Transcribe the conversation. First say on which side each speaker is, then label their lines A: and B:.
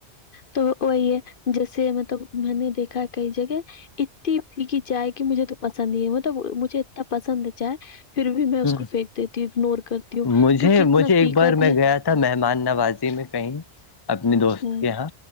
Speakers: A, on the left (about 55°); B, on the left (about 25°).
A: تو وہی ہے جیسے مطلب میں نے دیکھا کئی جگہ اتنی پی چائے کہ مجھے تو پسند ہی ہے مطلب مجھے اتنا پسند ہے چائے پھر بھی میں اس
B: ہ
A: کو پھینک دیتی ہوں اگنور کرتی ہوں
B: مجھے
A: کیونکہ اتنا
B: مجھے ایک
A: فیکا
B: بار
A: بھی
B: میں گیا مہمان نوازی میں کہیں اپنی دوست
A: ہوں،
B: کے یہاں